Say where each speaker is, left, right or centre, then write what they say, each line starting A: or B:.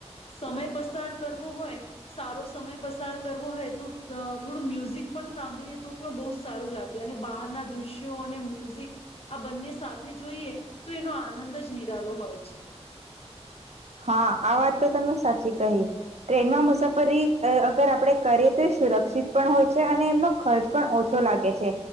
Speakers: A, on the left; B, on the right.
A: સમય પસાર કરવો હોય સારો સમય પસાર કરવો હોય તો અહ થોડુ મ્યુઝિક પણ સાંભળીએતો પર બહુ જ સારું લાગે અને બહારના દ્રશ્યો અને મ્યુઝિક આ બંને સાથે જોઈએ તો એનો આનંદ જ <unintelligible> હોય છે.
B: હા આ વાત તો તમે સાચી કહી ટ્રેનમાં મુસાફરી અહ અગર આપણેે કરીએ તો એ સુરક્ષિત પણ હોય છે અને એમનો ખર્ચ પણ ઓછો લાગે છે.